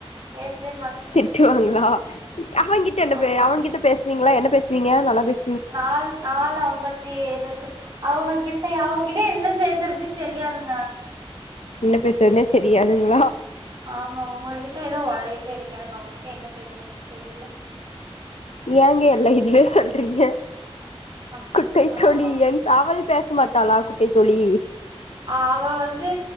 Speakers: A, on the right; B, on the left.
A: பேசவே மாட்டேங்கிறேன்
B: திட்டுவாங்களா அவகிட்ட என்ன
A: ஆமா
B: அவங்ககிட்ட பேச நீங்களா என்ன பேசுவீங்க நல்லா பேச
A: நால் நாலு அம்பத்தி ஏழு அவங்ககிட்ட அவங்ககிட்ட என்ன பேசுறது தெரியாதுங்க
B: என்ன பேசுறதுனே தெரியாதுங்களா
A: ஆமா உங்ககிட்ட ஏதோ உளறிகிட்டே இருக்கே எனக்கு அவங்ககிட்ட என்ன பேசுறதுன்னு தெரியல
B: ஏங்க எல்ல இதுலே சொல்றீங்க
A: ஆமா
B: குட்டை தோழி
A: ஆமாங்க
B: என் அவள் பேசமாட்டாளா குட்டை தோழி
A: அவ வந்து